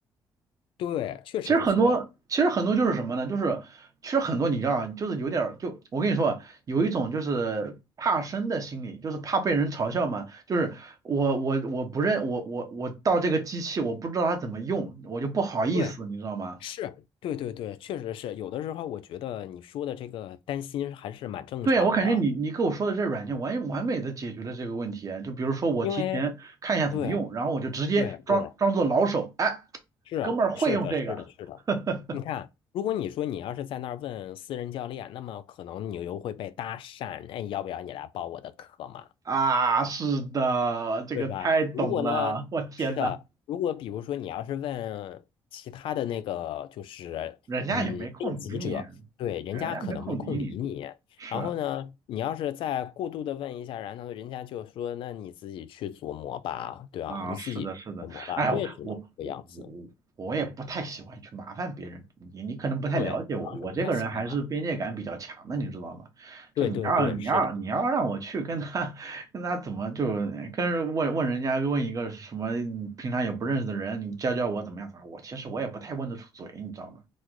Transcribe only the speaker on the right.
其实很多，其实很多就是什么呢？就是其实很多你知道啊，就是有点儿就我跟你说啊有一种就是怕生的心理，就是怕被人嘲笑嘛。就是我我我不认我我我到这个机器，我不知道它怎么用，我就不好意思，
你知道吗？
对啊，我感觉你你跟我说的这软件完完美的解决了这个问题啊。就比如说我提前看一下怎么用，
然后我就直接装装作老手，
哎，
哥们儿会用这个
<laughs>
啊，是的，这个太懂了，
我天呐，
人家也没空理你，
人家没空理你，
是。
啊，
是的，是的，哎，
我我我我我也不太喜欢去麻烦别人，
你你可能不太了解我，
我这个人还是边界感比较强的，你知道吗？
就你要你要你要让我去跟他
<laughs> 跟他怎么就跟人问问人家问一个什么平常也不认识的人，你教教我怎么样啥，我其实我也不太问得出嘴，你知道吗？